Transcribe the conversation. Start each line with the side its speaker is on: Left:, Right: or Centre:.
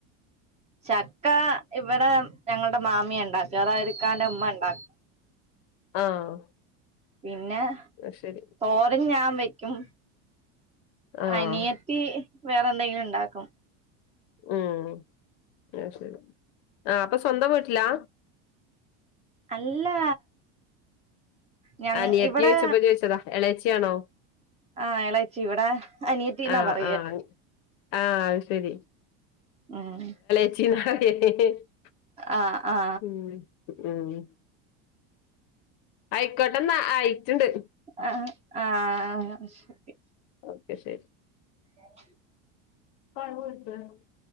Right: ചക്ക ഇവടെ ഞങ്ങൾടെ മാമിയാ ഇണ്ടാക്ക അതായത് ഇക്കാന്റെ ഉമ്മ ഇണ്ടാ <inaudible>
Left: ആഹ്
Right: പിന്നെ
Left: അത് ശരി
Right: തോരൻ ഞാൻ വെക്കും
Left: ആഹ്
Right: അനിയത്തി വേറെന്തെങ്കിലും ഉണ്ടാക്കും
Left: ഉം അത് ശരി ആ അപ്പൊ സ്വന്തം വീട്ടിലാ
Right: അല്ല ഞ
Left: അനിയത്തീഓയിച്ചപ്പോ
Right: ഇവിടെ
Left: ചോദിച്ചതാ എളേച്ചി ആണോ
Right: ആഹ് എളേച്ചി ഇവിടെ അനിയത്തീ ന്നാ
Left: ആഹ്
Right: പറയ
Left: ആഹ് ആഹ് അത് ശരി
Right: ആഹ്
Left: <unintelligible>
Right: ആ ആ
Left: ഉം ഉം അയിക്കോട്ടെന്നാ ആയിട്ട്ണ്ട്
Right: അഹഹാ ആഹ് ശരി
Left: ഓക്കെ ശരി
Right: <unintelligible>
Left: <unintelligible>